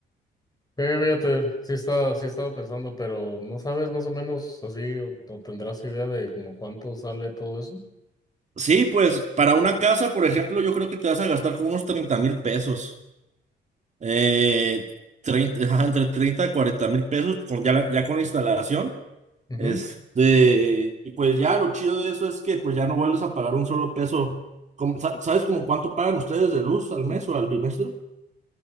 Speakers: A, on the left; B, on the right.
A: Sí, fíjate, sí estaba, sí estaba pensando, pero ¿no sabes más o menos así o, o tendrás idea de como cuánto sale todo eso?
B: Sí, pues para una casa, por ejemplo, yo creo que te vas a gastar como unos treinta mil pesos. Eh, 30, ajá, entre 30 y 40 mil pesos con, ya, la- ya con la instalación.
A: Ujú.
B: Este, y pues ya lo chido de eso es que pues ya no vuelves a pagar un solo peso. Como- sa- ¿Sabes como cuánto pagan ustedes de luz al mes o al bimestre?